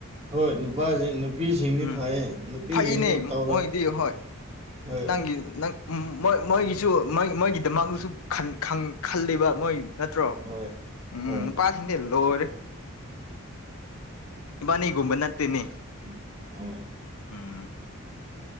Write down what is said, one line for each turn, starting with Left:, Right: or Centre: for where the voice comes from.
Right: ꯍꯣꯏ ꯅꯨꯄꯥꯖꯤꯡ ꯅꯨ ꯅꯨꯄꯤꯁꯤꯡꯅ
Left: ꯎꯝ
Right: ꯐꯩꯌꯦ ꯅꯨꯄꯤꯁꯤꯡꯅ
Left: ꯐꯩꯅꯦ
Right: ꯇꯧꯔ
Left: ꯃꯣꯏꯗꯤ ꯍꯣꯏ
Right: ꯍꯣꯏ
Left: ꯅꯪ ꯃꯣꯏ ꯃꯣꯏꯒꯤꯁꯨ ꯃꯣꯏ ꯃꯣꯏꯒꯤꯗꯃꯛꯇꯁꯨ ꯈꯜꯂꯤꯕ ꯃꯣꯏ ꯅꯠꯇ꯭ꯔꯣ
Right: ꯍꯣꯏ
Left: ꯎꯝ
Right: ꯍꯣꯏ
Left: ꯅꯨꯄꯥ ꯂꯣꯏꯔꯦ ꯏꯕꯥꯅꯤꯒꯨꯝꯕ ꯅꯠꯇꯦꯅꯦ
Right: <unintelligible>
Left: ꯎꯝ